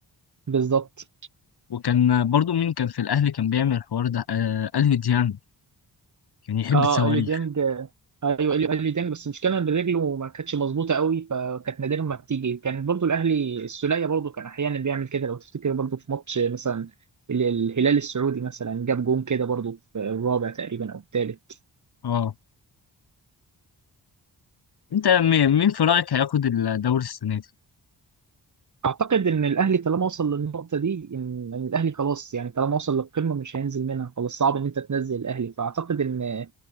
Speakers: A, on the right; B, on the left.
A: بالظبط
B: وكان برضو مين كان في الاهلي كان بيعمل الحوار ده آه الف ديان كان يحب
A: اه
B: الصواريخ
A: اليو ديانج آه، ايوه اليو إليو ديانج بس المشكله ان رجله ما كانتش مظبوطه قوي فكانت نادرا ما بتيجي كان برضو الاهلي السوليه برضو كان احيانا بيعمل كده لو تفتكر برضو في ماتش مثلا ال- الهلال السعودي مثلا جاب جون كده برضو في الرابع تقريبا او الثالث
B: اه انت مي- مين في رايك هياخد الدوري السنه دي
A: اعتقد ان الاهلي طالما وصل للنقطه دي ان إن الاهلي خلاص يعني طالما وصل للقمه مش هينزل منها خلاص صعب ان انت تنزل الاهلي فاعتقد ان